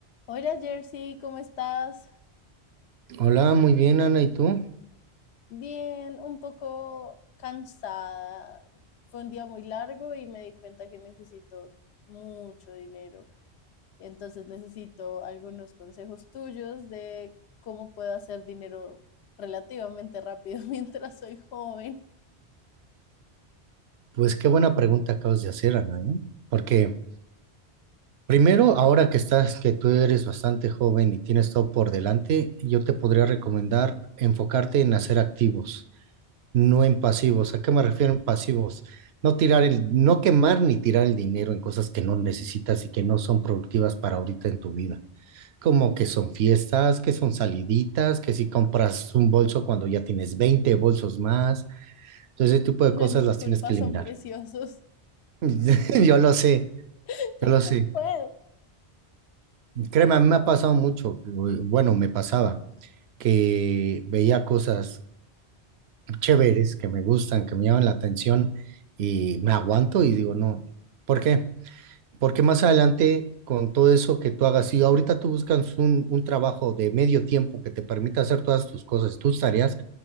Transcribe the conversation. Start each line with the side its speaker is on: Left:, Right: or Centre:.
Left: Hola Jersey, ¿cómo estás?
Right: Hola, muy bien, Ana, ¿y tú?
Left: Bien, un poco cansada. Fue un día muy largo y me di cuenta que necesito mucho dinero. Entonces necesito algunos consejos tuyos de cómo puedo hacer dinero relativamente rápido <laughs> mientras soy joven.
Right: Pues qué buena pregunta acabas de hacer, Ana, ¿eh? Porque primero, ahora que estás, que tú eres bastante joven y tienes todo por delante, yo te podría recomendar enfocarte en hacer activos, no en pasivos. ¿A qué me refiero en pasivos? No tirar el, no quemar ni tirar el dinero en cosas que no necesitas y que no son productivas para ahorita en tu vida. Como que son fiestas, que son saliditas, que si compras un bolso cuando ya tienes 20 bolsos más, entonces ese tipo de
Left: No
Right: cosas
Left: es mi
Right: las
Left: culpa,
Right: tienes que
Left: son
Right: eliminar.
Left: preciosos.
Right: <laughs> Yo lo sé,
Left: <laughs>
Right: yo
Left: Yo
Right: lo sé.
Left: no puedo.
Right: Créeme, a mí me ha pasado mucho, eh, bueno, me pasaba, que veía cosas chéveres que me gustan, que me llaman la atención y me aguanto y digo, no, ¿por qué? Porque más adelante, con todo eso que tú hagas, si ahorita tú buscas un, un trabajo de medio tiempo que te permita hacer todas tus cosas, tus tareas,